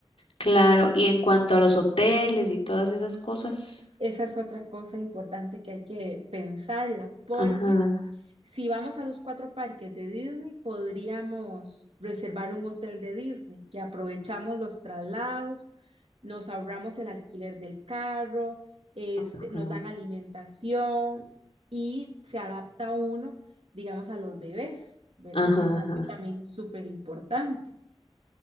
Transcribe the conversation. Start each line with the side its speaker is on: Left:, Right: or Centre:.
Left: Claro, y en cuanto a los hoteles y todas esas cosas,
Right: Esa es otra cosa importante que hay que pensarla, porque
Left: ajá,
Right: Si vamos a los cuatro parques de Disney, podríamos reservar un hotel de Disney, que aprovechamos los traslados, nos ahorramos el alquiler del carro, este,
Left: ajá,
Right: nos dan alimentación y se adapta uno, digamos, a los bebés, ¿verdad?
Left: ajá,
Right: Que es
Left: ajá.
Right: algo también súper importante.